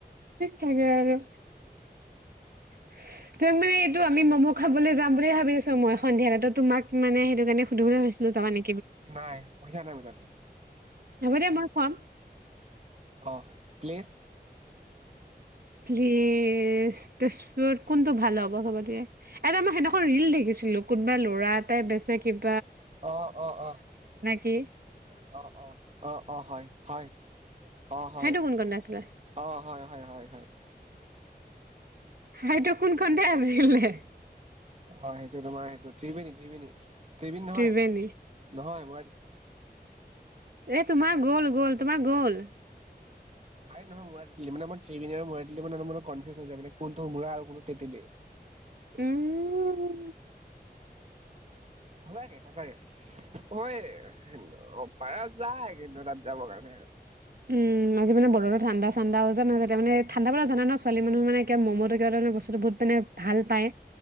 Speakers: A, on the right; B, on the right.
A: তাকে আৰু। <unintelligible> তুমি মানে
B: তাকে
A: এইটো আমি মম' খাবলৈ যাম বুলি ভাবিছো মই সন্ধিয়া ত' তোমাক মানে সেইটো কাৰণে সুধিব বুলি ভাবিো যাবা নি
B: নাই পইচা নাই মোৰ তাত,
A: হ'ব দিয়া মই খুৱাম
B: অঁ। প্লেচ?
A: প্লেচ ত কোনটো ভাল হ'ব সবতকে? এটা মই সেইদিনাখন ৰিল দেখিছিলো কোনোবা ল'ৰা এটাই বেচে কিব
B: অঁ, অঁ, অঁ,
A: কি
B: অঁ, অঁ, অঁ, অঁ হয়। হয়। অঁ হয়,
A: সেইটো কোন কণতে আছিলে?
B: অঁ হয় হয় হয় হয়।
A: সেইটো কোনখনতে আছিলে?
B: অঁ সেইটো তোমাৰ সেইটো ত্ৰিবেণী ত্ৰিবেণী। ত্ৰিবেণী নহয়,
A: ত্ৰিবেণী।
B: নহয় <inaudible>
A: এ, তোমাৰ গ'ল গ'ল তোমাৰ গ'ল।
B: আৰে নহয়, মুৰা তেঁতেলী মানে মই ত্ৰিবেণী আৰু মুৰা তেঁতেলী মানে, কনফিউজ হৈ যাই মানে, কোনটো মুৰা আৰু কোনটো তেঁতেলী।
A: উম!
B: সঁচাকে, সঁচাকে। মই অ'! পাৰা যায়। <unintelligible>
A: উম, আজি মান, বতৰটো ঠাণ্ডা চাণ্ডাও যে, তেতিয়া মানে, ঠাণ্ডা বতৰত জানা ন' ছোৱালী মানুহ মানে, কিবা ম'ম'টো কিবাটা মানে বস্তুটো বহুত মানে ভাল পায়।